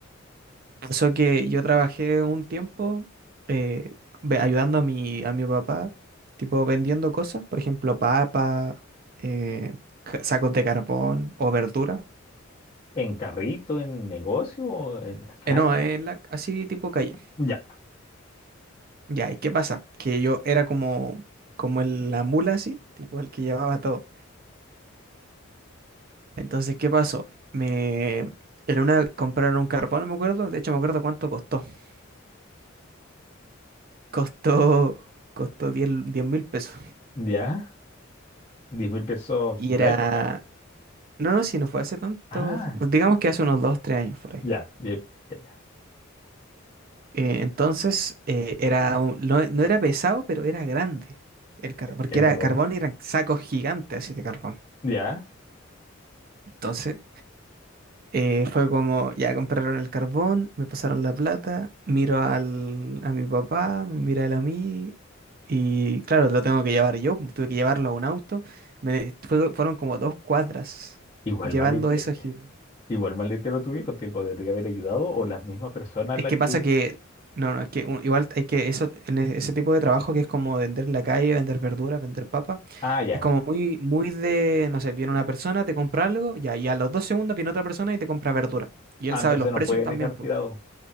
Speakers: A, on the right (about 45°); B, on the left (about 25°).
A: Pasó que yo trabajé un tiempo eh, ve- ayudando a mi, a mi papá, tipo vendiendo cosas, por ejemplo, papas, eh, ca- sacos de carbón o verdura.
B: ¿En carrito, en negocio, o en la calle?
A: Eh, no, en la, así tipo calle.
B: Ya,
A: Ya, ¿y qué pasa? Que yo era como, como el- la mula así, tipo el que llevaba todo. Entonces, ¿qué pasó? Me... En una compraron un carbón, no me acuerdo. De hecho, me acuerdo cuánto costó. <laughs> Costó, costó diez mil pesos.
B: ya. Diez mil pesos
A: Y
B: de
A: era...
B: la época.
A: No, no, si no fue hace tanto.
B: Ah,
A: Digamos que hace unos 2 3 años por ahí.
B: ya, ya, ya, ya.
A: Eh, entonces, eh, era un- no, no era pesado, pero era grande el carbón. Porque
B: El
A: era
B: carbón.
A: carbón y eran sacos gigantes así de carbón.
B: Ya.
A: Entonces, Eh, fue como, ya compraron el carbón, me pasaron la plata, miro al, a mi papá, me mira él a mí, y claro, lo tengo que llevar yo, tuve que llevarlo a un auto. Me, fue- fueron como dos cuadras
B: Igual
A: llevando
B: malete.
A: eso gigante.
B: Igual maletero tu viejo te podría haber ayudado o la misma persona
A: Es
B: la
A: que
B: que...
A: pasa que, no, no, es que un- igual hay que, eso, en e- ese tipo de trabajo que es como vender en la calle, vender verduras, vender papas,
B: Ah, ya.
A: es como muy, muy de, no sé, viene una persona, te compra algo, ya, y a los dos segundos viene otra persona y te compra verdura. Y
B: Ah,
A: él
B: entonces
A: sabe los
B: no
A: precios
B: puedes
A: también,
B: dejar
A: pues.
B: tirado.